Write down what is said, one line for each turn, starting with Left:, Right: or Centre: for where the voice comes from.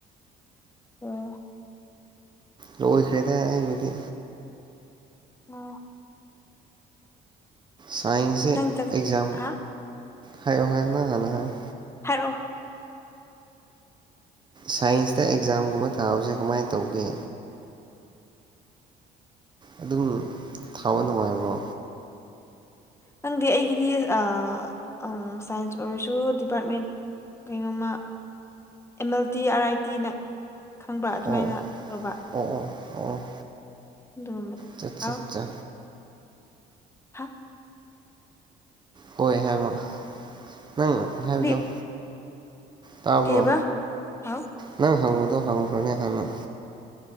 Left: ꯑꯣ
Right: ꯂꯣꯏꯈ꯭ꯔꯦꯗ ꯑꯩꯕꯨꯗꯤ
Left: ꯑꯣ
Right: ꯁꯥꯏꯟꯁꯁꯦ
Left: ꯅꯪ ꯆꯥꯛ
Right: ꯑꯦꯛꯖꯝ
Left: ꯍꯥ
Right: ꯍꯥꯏꯌꯣ ꯍꯥꯏꯌꯣ ꯅꯪ ꯍꯥꯟꯅ ꯍꯥꯏꯌꯣ
Left: ꯍꯥꯏꯔꯛꯑꯣ
Right: ꯁꯥꯏꯟꯁꯇ ꯑꯦꯛꯖꯥꯝꯒꯨꯝꯕ ꯊꯥꯕꯁꯦ ꯀꯃꯥꯏ ꯇꯧꯒꯦ ꯑꯗꯨꯝ ꯊꯥꯕ ꯅꯨꯡꯉꯥꯏꯕ꯭ꯔꯣ
Left: ꯈꯪꯗꯦ ꯑꯩꯒꯤꯗꯤ ꯑꯥ ꯑꯪ ꯁꯥꯏꯟꯁ ꯑꯣꯏꯔꯁꯨ ꯗꯤꯄꯥꯔꯠꯃꯦꯟ ꯀꯩꯅꯣꯃ M L T R I ꯇꯤꯅ ꯈꯪꯕ꯭ꯔꯥ ꯑꯗꯨꯃꯥꯏꯅ
Right: ꯑꯣ
Left: ꯇꯧꯕ
Right: ꯑꯣ ꯑꯣ ꯑꯣ ꯑꯣ
Left: ꯑꯗꯨꯒꯨꯝꯕꯗꯣ
Right: ꯆꯠ
Left: <unintelligible>
Right: ꯆꯠ ꯆꯥ
Left: ꯍꯥ
Right: ꯍꯣꯏ ꯍꯥꯏꯕ ꯅꯪ ꯍꯥꯏꯕꯗꯣ
Left: ꯀꯔꯤ
Right: ꯇꯥꯕ꯭ꯔꯣ
Left: ꯀꯩꯕ ꯍꯥꯎ
Right: ꯅꯪ ꯍꯪꯕꯗꯣ ꯍꯪꯈ꯭ꯔꯣꯅꯦ ꯍꯥꯟꯅ